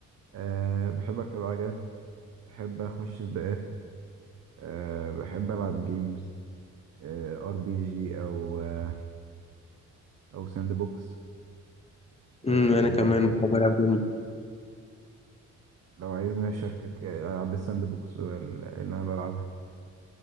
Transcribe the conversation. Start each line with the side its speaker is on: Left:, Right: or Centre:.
Right: أه بحب اركب عجل بحب اخش سباقات أه بحب العب جيمز أه ار بي جي او آه، او ساند بوكس أه
Left: امم انا
Right: ده
Left: كمان بحب العب جيم
Right: لو عايزنا أشاركك ألعاب الساند بوكس وال- اللي أنا بلعبها